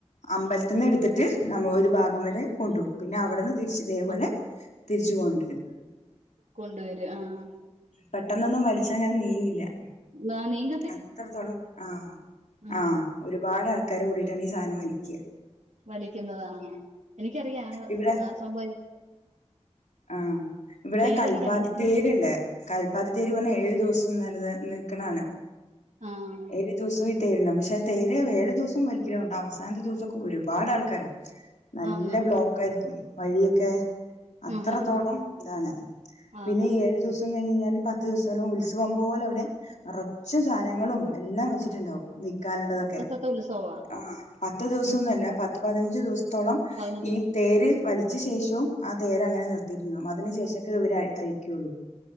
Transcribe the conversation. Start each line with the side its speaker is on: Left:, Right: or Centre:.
Left: അമ്പലത്തിന്ന് എടുത്തിട്ട് നമ്മൾ ഒരു ഭാഗം വരെ കൊണ്ടുപോകും പിന്നെ അവിടെന്ന് തിരിച്ച് ഇതേപോലെ
Right: കൊ
Left: തിരിച്ചു കൊണ്ടുരും.
Right: കൊണ്ടുവരും ആഹ് ആഹ് -
Left: പെട്ടെന്നൊന്നും വലിച്ചാ ഞാൻ നീങ്ങില്ല-
Right: നാനീ-
Left: അത്രത്തോളം ആഹ്
Right: ഉം
Left: ആഹ് ഒരുപാട് ആൾക്കാര് കൂടിട്ടാണ് ഈ സാധനം വലിക്ക
Right: വലിക്കുന്നതാ ആഹ് എനിക്കറിയാം
Left: ഇവിടെ
Right: ആഹ് സംഭവ-
Left: ആഹ് ഇവടെ
Right: തേരെനിക്കറിയാം
Left: കൽപ്പാത്തിത്തേര്ണ്ട് കൽപ്പാത്തിത്തേര് പറഞ്ഞാ ഏഴു ദിവസം നെലനിൽ നിക്ക്ണാണ്
Right: ആഹ്
Left: ഏഴ് ദിവസവും- തേര്ണ്ടാവും പക്ഷെ ആഹ് തേര് ഏഴ് ദിവസവും വലിക്കലുണ്ടാവും അവസാനത്തെ ദിവസൊക്കെ ഒരുപാട് ആൾക്കാരാ നല്ല
Right: ആന്ന്
Left: ബ്ലോക്ക് ആയിരിക്കും വഴിയൊക്കെ- അത്രത്തോളം
Right: ആഹ് ആഹ് ആഹ്
Left: ഇതാണ് പിന്നെ
Right: ആന്ന്
Left: ഈ ഏഴു ദിവസം കഴിഞ്ഞ് കഴിഞ്ഞാല് പ പത്ത് സ്സം നല്ല ഉത്സവം പോലെ അവിടെ നെറച്ചും സാധനങ്ങളും എല്ലാം വെച്ചിട്ടുണ്ടാവും- വിക്കാനുള്ളതൊക്കെ-
Right: ന്താ ഉത്സവാ-
Left: ആഹ് പത്ത് ദിവസൊന്നുഅല്ല
Right: ഉം ഉം
Left: പത്ത് പതിനഞ്ച് ദിവസത്തോളം
Right: പതിനഞ്ച്
Left: ഈ തേര് വലിച്ചശേഷവും ആഹ് തേര അങ്ങനെ നിർ <unintelligible> അതിന് ശേഷൊക്കെ ഇവര് അയിക്കൊള്ളൂ